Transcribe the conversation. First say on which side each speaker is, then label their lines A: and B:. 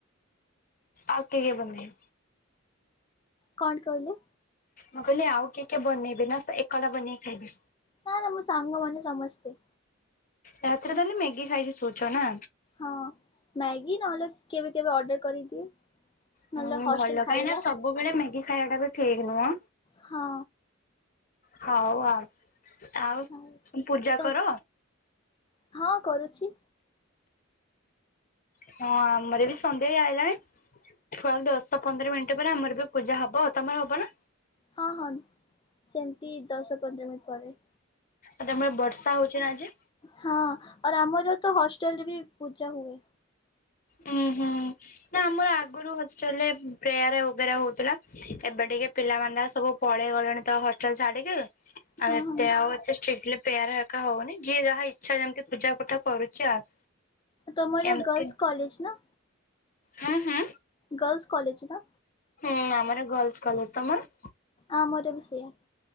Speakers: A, on the left (about 45°); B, on the left (about 25°).
A: ଆଉ କିଏ କିଏ ବନେଇମି।
B: କଣ କହିଲେ?
A: ମୁଁ କହିଲି ଆଉ କିଏ କିଏ ବନେଇବେ ନା ସେ ଏକଲା ବନେଇକି ଖାଇବେ।
B: ନା ନା ମୋ ସାଙ୍ଗମାନେ ସମସ୍ତେ।
A: ରାତିରେ ତାହେଲେ ମ୍ୟାଗି ଖାଇକି ଶୋଉଛ ନା?
B: ହଁ ମ୍ୟାଗି ନହେଲେ କେବେ କେବେ ଅର୍ଡର କରିଦିଏ। ନହେଲେ
A: ହୁଁ
B: ହଷ୍ଟେଲ
A: ଭଲ
B: ଖାଇବା
A: କାହିଁକି ନା ସବୁବେଳେ ମ୍ୟାଗି ଖାଇବା ଟା ବି ଠିକ୍ ନୁହଁ।
B: ହଁ।
A: ହଉ ଆଉ ଆଉ
B: ହଉ
A: <unintelligible> ପୂଜା
B: ତ
A: କର?
B: ହଁ କରୁଛି।
A: ହଁ ଆମର ବି ସନ୍ଧେ ଆଇଲାଣି <unintelligible> ଦଶ ପନ୍ଦର ମିନିଟ୍ ପରେ ଆମର ବି ପୂଜା ହବ ତମର ହବ ନା?
B: ହଁ ହଁ ସେମ୍ତି ଦଶ ପନ୍ଦର ମିନିଟ୍ ପରେ।
A: ଆଉ ତମଳେ ବର୍ଷା ହଉଚି ନା ଆଜି?
B: ହଁ ଅର୍ ଆମର ତ ହଷ୍ଟେଲରେ ବି ପୂଜା ହୁଏ।
A: ଉୁଁ ହୁଁ ନା ଆମର ଆଗରୁ ହଷ୍ଟେଲରେ ପ୍ରେୟାର ଉଗେରା ହଉଥିଲା। ଏବେ ଟିକେ ପିଲାମାନେ ସବୁ ପଳେଇ ଗଲେଣି ତ ହୋଷ୍ଟେଲ୍ ଛାଡିକି। ଆଉ
B: ହଁ
A: ଏତେ
B: ହଁ।
A: ଆଉ ଏତେ ଷ୍ଟ୍ରିକ୍ଟଲି ପ୍ରେୟାର କା ହଉନି ଯିଏ ଯାହା ଇଚ୍ଛା ଯେମ୍ତି ପୂଜା ପଠା କରୁଛି ଆଉ।
B: ତମର
A: ଏମିତି
B: ଗର୍ଲସ୍ କଲେଜ୍ ନା?
A: ହୁଁ ହୁଁ?
B: ଗର୍ଲସ୍ କଲେଜ୍ ନା?
A: ହୁଁ ଆମର ଗର୍ଲସ୍ କଲେଜ୍ ତମର?
B: ଆମର ବି ସେୟା।